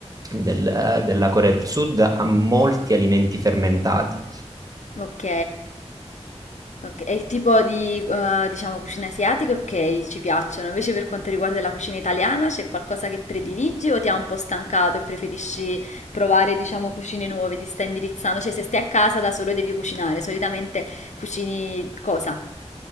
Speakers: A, on the right; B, on the left.
A: del- eh, della Corea del Sud ha molti alimenti fermentati.
B: Ok. Ok, E il tipo di, eh, diciamo, cucina asiatica, ok, ci piacciono. Invece per quanto riguarda la cucina italiana, c'è qualcosa che prediligi o ti ha un po' stancato e preferisci provare, diciamo, cucine nuove, ti stai indirizzando? Cioè, se stai a casa da solo devi cucinare, solitamente cucini cosa?